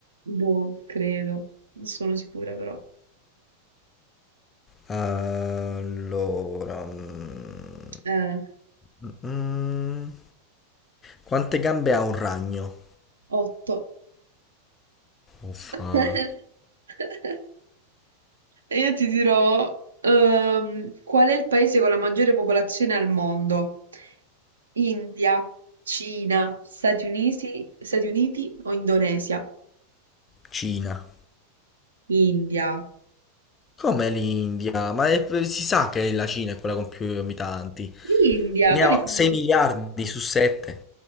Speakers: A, on the right; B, on the left.
A: Boh, credo. Non sono sicura però.
B: Allora, mm,
A: Eh,
B: mm, quante gambe ha un ragno?
A: otto.
B: Uffa.
A: <laughs> Io ti dirò, ehm, qual è il paese con la maggiore popolazione al mondo? India, Cina, Stati Uniti, Stati Uniti o Indonesia?
B: Cina.
A: India.
B: Come l'India? Ma è- si sa che la Cina è quella con più abitanti.
A: L'India,
B: Ne
A: quelli
B: ha
A: fanno...
B: 6 miliardi su 7.